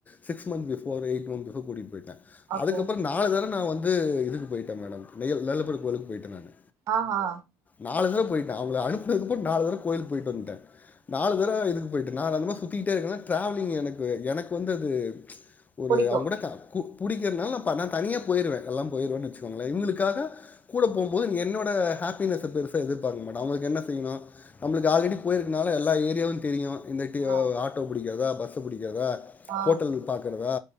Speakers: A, on the left; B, on the right.
A: சிக்ஸ் மந்த் பிஃபோர்ரே எயிட் மந்த் பிஃபோர் கூட்டிட் போயிட்ட
B: ஓகே
A: அதுக்கப்பறம் நாலு தர நா வந்து இதுக்கு போயிட்ட மேடம் நெய்யல் நெல்லப்பர் கோயிலுக்கு போயிட்ட நானு
B: அ ஆ
A: நாலு தடவ போயிட்ட அவுங்கள அனுப்புனதுக்கப்பு நாலு தர கோயிலுக் போய்ட்டு வந்ட்ட நாலு தரவ இதுக்கு போயி்ட்டு நா நல்லா சுத்திக்கிட்டே இருக்க ட்ராவலிங் எனக்கு எனக்கு வந்து அது ஒரு
B: புடிக்கு
A: அவுங்கூட க கு புடிக்கறனால நா நா தனியா போயிருவ எல்லா போயிருவ வச்சுக்கோங்ளே இவுங்குளுக்காக கூட போம்போது என்னோட ஹாப்பினஸ்ஸ பெருசா எதிர்பாக்க மாட்ட அவங்களுக்கு என்ன செய்னோ நம்ளுக்கு ஆல்ரெடி போயிருக்கனால எல்லா ஏரியாவு தெரியு இந்தட்டி
B: ஆ
A: ஆட்டோ புடிக்காதா பஸ்ஸு புடிக்காதா
B: ஆ
A: ஹோட்டல் பாக்கறதா